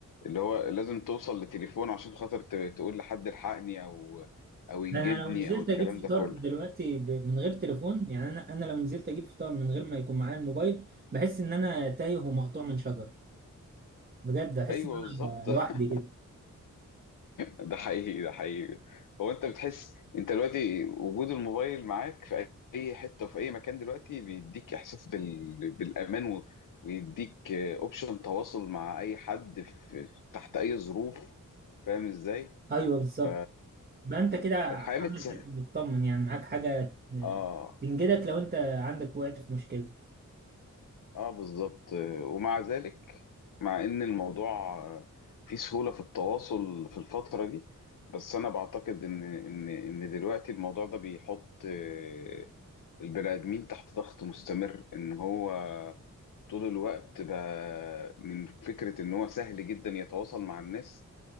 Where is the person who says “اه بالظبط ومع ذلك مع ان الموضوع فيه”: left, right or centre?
Left